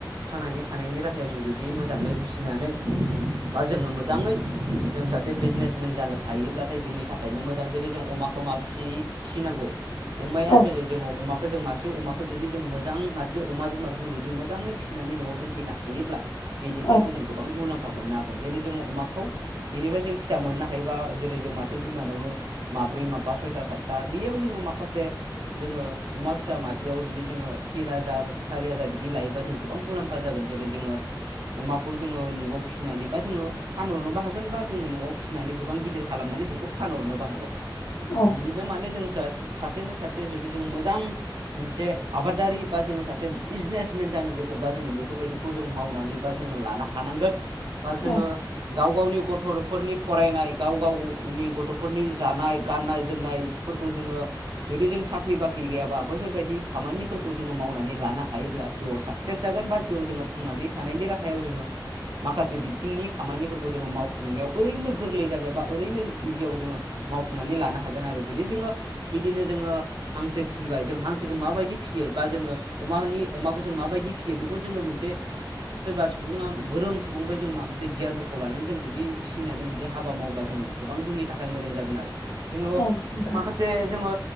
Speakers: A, on the right; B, on the left.
A: थांनानै थानायनि राहायाव जों जुदि मोजाङै फिसिनानै बा जोङो मोजाङै जों सासे बिजनेसमेन जानो हायोब्लाथाय जोंनि थाखायनो मोजां जेरै जों अमाखौ माब फिसि फिसिनांगौ अमाया
B: औ
A: जेरै जोङो अमाखौ फोजों मासे अमाखौ जुदि जों मोजां मासे अमा बिमाखो जों जुदि मोजाङै फिनानै न'आव दोनफैनो हायोब्ला बेनिफ्रायबो
B: औ
A: जों गोबां मुलाम फा मोननो हागोन जेरै जोङो अमाखौ बिनिफ्राय जों फिसा मोननो हायोबा जेरै जों मासे बिमानावनो मा माब्रै माबा सय था साथथा बेयाव जोङो माखासे जोङो अमा फिसा मासेयाव जुदि जोङो तिन हाजार सार सारि हाजार बिदि लायोब्ला जों गोबां मुलाम्फा जागोन जेरै जोङो अमाखौ जोङो न'आव फिनानै बा जोङो फानहरनोबो हागोन बा जोङो न'आव फिनानै गोबां गिदिर खालामनानै बेखौ फानहरनोबो हागोन। बिदिनो
B: औ
A: माने जों दास सासे सासे जुदि जों मोजां मोनसे आबादारि बा जोङो सासे बिजनेसमेन जा जानो गोसोब्ला जोङो बेफोरबायदिखौ जों मावनानै बा जोङो लानो हानांगोन बा जोङो
B: औ
A: गाव गावनि गथल फोरनि फरायनाय गाव गाव गनि गथ'फोरनि जानाय गाननाय जोमनायफोरखौ जोङो जुदि जों साख्रि बाख्रि गैयाबा बैफोरबायदि खामानिफोरखौ जोङो मावनानै ला लानो हायोब्ला जिउआव साक्सेस जागोन बा जिउआव जोङो थांनानै थानायनि राहायाव जोङो माखासे बिथिंनि खामानिफोरखौ जोङो मावफुंनायाव ओरैनो गोरलै जागोन बा ओरैनो इजियाव जोङो मावफुंनानै लानो हा हागोन आरो जुदि जोङो बिदिनो जोङो हांसो फिसिबाय जों हांसोखौ माबायदि फियो बा जोङो अमाहानि अमाखौ जों माबायदि फियो बेखौ जोङो मोनसे सोरबा सुबुङा गोरों सुबुंफाय जों माखासे गियानफोरखौ लानानै जों जुदि फिनानै जुदि हाबा मावोबा जों गोबां जोंनि थाखाय मोजां जागोन आरो जोङो
B: औ नोंथां
A: माखासे जोङो